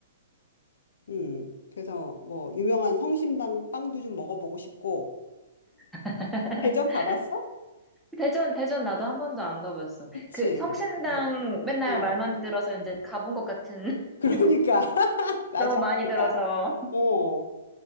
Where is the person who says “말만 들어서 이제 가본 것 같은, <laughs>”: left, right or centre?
Centre